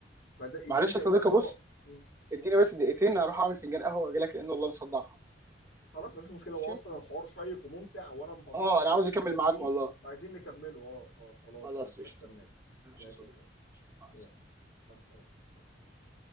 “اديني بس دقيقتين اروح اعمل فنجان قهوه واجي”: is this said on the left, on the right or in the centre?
Right